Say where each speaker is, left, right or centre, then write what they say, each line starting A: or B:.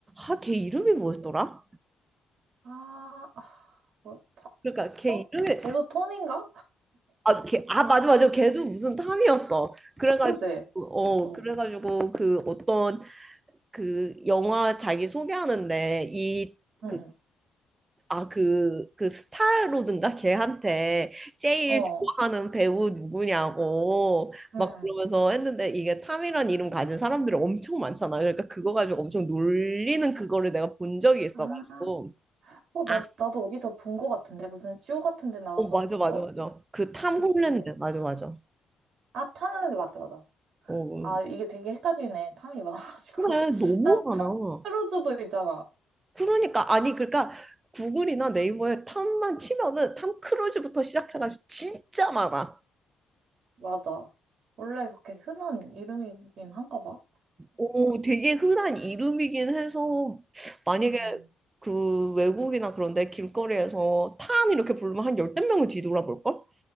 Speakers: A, on the right (about 25°); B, on the right (about 65°).
A: 아, 걔 이름이 뭐였더라?
B: 아, 아, 뭐, 차,
A: 그러니까
B: 성,
A: 걔 이름이,
B: 계속 톰인가?
A: 아, 걔, 아, 맞아, 맞아. 걔도 무슨 탐이었어. 그래가지고,
B: 그지?
A: 어,
B: 어,
A: 그래가지고, 그 어떤 그 영화 자기 소개하는데, 이,
B: 응,
A: 그,
B: 응.
A: 아, 그, 그 스타로든가 걔한테 제일
B: 어,
A: 좋아하는 배우 누구냐고
B: 응
A: 막
B: 응.
A: 그러면서 했는데, 이게 탐이란 이름 가진 사람들이 엄청 많잖아. 그러니까 그거 가지고 엄청 놀리는 그거를 내가 본 적이 있어가지고.
B: 아, 어, 나,
A: 아.
B: 나도 어디서 본 거 같은데? 무슨 쇼 같은 데 나가서
A: 어, 맞아,
B: 하는
A: 맞아,
B: 거?
A: 맞아. 그 탐
B: 그치.
A: 홀랜드. 맞아, 맞아.
B: 아, 탐하는데 맞다, 맞아.
A: 어,
B: 아, 이게 되게 헷갈리네. 탐이 많아가지고.
A: 그래,
B: <laughs>
A: 너무
B: 탐,
A: 많아.
B: 탐 크루즈도 있잖아.
A: 그러니까 아니 그러니까 구글이나 네이버에
B: 음,
A: 탐만 치면은 탐 크루즈부터 시작해가지고
B: 음.
A: 진짜 많아.
B: 맞아. 원래 그렇게 흔한 이름이긴 한가 봐.
A: 오, 되게 흔한 이름이긴 해서 만약에
B: 음.
A: 그 외국이나 그런데 길거리에서 탐 이렇게 부르면 한 열댓 명은 뒤돌아볼걸?